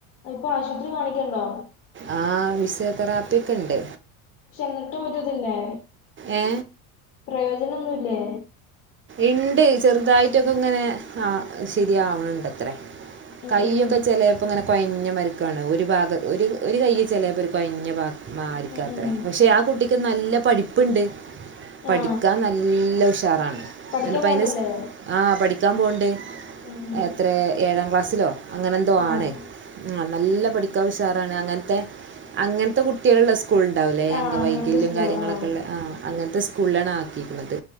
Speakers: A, on the left; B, on the right.
A: ഇപ്പൊ ആശുത്രി കാണിക്കേണ്ടോ
B: ആ ഫിസിയോതെറാപ്പി ഒക്കെണ്ട്
A: പക്ഷെ എന്നിട്ടും ഒര്തില്ലേ
B: ഏ
A: പ്രയോജനൊന്നുല്ലേ?
B: ഇണ്ട് ചെറുതായിട്ടൊക്കെങ്ങനെ ആ ശരിയാവ്ൺണ്ടത്രേ.
A: ഉം
B: കയ്യൊക്കെ
A: ഉം
B: ചെലെ ഇപ്പൊ ഇങ്ങനെ കൊഴഞ്ഞമാരിക്കാണ് ഒരു ഭാഗം ഒര് ഒര് കയ്യ് ചെലേപ്പൊര് കൊയ്ഞ്ഞ ഭാ മരിക്കാത്രേ
A: ഉം ഉം
B: പക്ഷെ ആ കുട്ടിക്ക് നല്ല പഠിപ്പ്ണ്ട്. പഠിക്കാൻ
A: ആ
B: നല്ല ഉഷാറാണ്
A: പഠിക്കാൻ
B: ഇന്ന്ട്ട്പ്പയ്നെ
A: പോണ്ടല്ലേ
B: സ് ആ പഠിക്കാൻ പോവ്ണ്ട്.
A: ഉം ഉം
B: എ എത്രേ ഏഴാം ക്ലാസ്സിലോ അങ്ങനെ എന്തോ
A: ആഹ്
B: ആണ്. ആ നല്ല പഠിക്കാൻ ഉഷാറാണ് അങ്ങൻത്തെ അങ്ങൻത്തെ കുട്ടികൾള്ള സ് കൂൾ ഉണ്ടാവില്ലേ ഈ
A: ആഹ്
B: അങ്കവൈകല്യം
A: അങ്ങനത്തെ സ്കൂള്
B: കാര്യങ്ങളൊക്കെ
A: ആഹ്
B: ഉള്ള ആഹ് അങ്ങൻത്തെ സ്കൂളിലാണ് ആക്കീക്ക്ണത്.